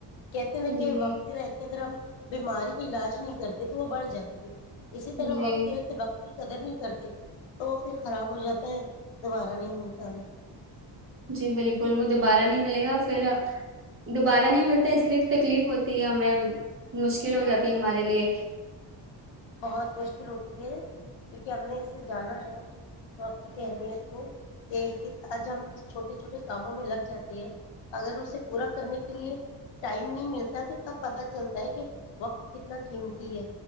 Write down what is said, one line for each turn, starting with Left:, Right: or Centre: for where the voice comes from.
Left: کہتے نہ کہ
Right: جی
Left: وقت رہتے ا گر ہم بیماری کا علاج نہیں کرتے تو وہ بڑھ جاتی ہے اسی طرح ہم
Right: جی
Left: وقتتی رہتے وقت قدر نہیں کرتے تو وہ پھر خراب ہو جاتا ہے دوبارہ نہیں ملتا ہمیں
Right: جی بالکل وہ دوبارہ نہیں ملے گا پھر دوبارہ نہیں ملتا اس لیے تکلیف ہوتی ہے ہمیں مشکل ہو جاتی ہے ہمارے لیے
Left: بہت مشکل ہوتی ہے کیونکہ ہم نے اسے جانا ہے وقت کی اہمیت کو آج ہم ک چھوٹے چھوٹے کاموں میں لگ جاتے ہیں اگر اسے پورا کرنے کے لیے ٹائم نہیں ملتا ہے تو تب پتہ چلتا ہے کہ وقت کتنا قیمتی ہے